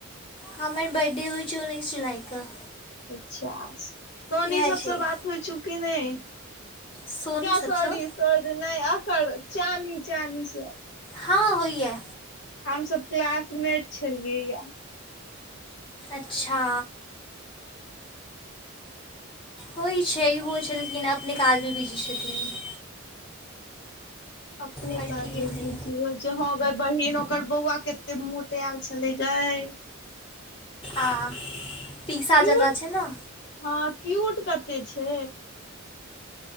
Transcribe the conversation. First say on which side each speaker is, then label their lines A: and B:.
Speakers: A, on the left; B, on the left.
A: हमर बर्थडे होइ छै उन्नैस जुलाइके
B: अच्छा सोनी
A: इएह
B: सबसँ
A: छै
B: बात होइ छौ कि नई
A: सोनी
B: जा
A: सबसँ
B: सोरी सोरी नई आकर चानी चनी स
A: हँ होएै
B: हम सब क्लासमेट छलियै या
A: अच्छा होइ छै ओहो छलखिन अपने काजमे बिजी छथिन <inaudible>
B: अपने
A: आओर
B: काज
A: की हेतै
B: मे बीजी रहे छै ह गाई बहिन ओकर बौआ कते मोटेल छलै गाय
A: आ पीसा
B: क्यूट
A: जका छै ने
B: हँ क्यूट कते छै